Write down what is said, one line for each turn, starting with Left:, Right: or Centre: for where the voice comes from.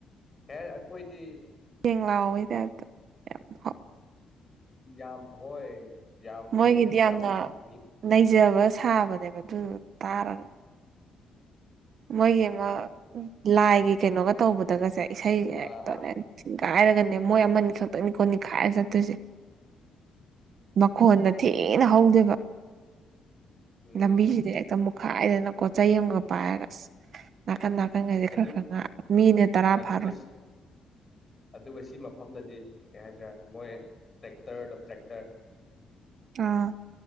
Left: ꯍꯦ ꯑꯩꯈꯣꯏꯗꯤ
Right: ꯌꯦ ꯂꯥꯛꯑꯣꯇꯥꯗ ꯌꯥꯝ ꯍꯥꯎ
Left: ꯝꯄ ꯍꯣꯏ ꯌꯥꯝ
Right: ꯃꯣꯏꯒꯤꯗꯤ
Left: ꯃꯣꯏꯒꯤꯗꯣ
Right: ꯌꯥꯝꯅ
Left: ꯌꯥꯝ ꯃꯤ
Right: ꯅꯩꯖꯕ ꯁꯥꯕꯅꯦꯕ ꯑꯗꯨ ꯇꯥꯔꯒ ꯃꯣꯏꯒꯤ ꯑꯃ ꯂꯥꯏꯒꯤ ꯀꯩꯅꯣꯒ ꯇꯧꯕꯗꯒꯁꯦ ꯏꯁꯩꯁꯦ ꯍꯦꯛꯇꯅꯦ
Left: ꯑꯥ ꯑꯥ
Right: ꯊꯤꯡꯒꯥꯏꯔꯒꯅꯦ ꯃꯣꯏ ꯑꯃꯅꯤ ꯁꯛꯇꯣꯏꯅꯤꯀꯣꯅꯤꯈꯥꯏꯔ ꯆꯠꯇꯣꯏꯁꯦ ꯃꯈꯣꯟꯅ ꯊꯤꯅ ꯍꯧꯗꯦꯕ
Left: ꯎꯝ
Right: ꯂꯝꯕꯤꯁꯤꯗꯤ ꯍꯦꯛꯇ ꯃꯨꯛꯈꯥꯏꯗꯅꯀꯣꯠꯆ ꯑꯃꯒ ꯄꯥꯏꯔꯒ ꯑꯁ ꯀꯅꯥ ꯀꯟꯒꯥꯁꯦ
Left: ꯑꯗꯨ
Right: ꯈꯔ ꯈꯔ ꯉ ꯃꯤꯅ ꯇꯔꯥ
Left: ꯑꯗꯨꯒ
Right: ꯐꯥꯔꯣꯏ
Left: ꯁꯤ ꯑꯗꯨꯒ ꯁꯤ ꯃꯐꯝꯗꯗꯤ ꯀꯩ ꯍꯥꯏꯇꯥꯔꯦ ꯃꯣꯏ ꯇꯦꯛꯇꯔꯗꯣ ꯇ꯭ꯔꯦꯛꯇꯔ
Right: ꯑꯥ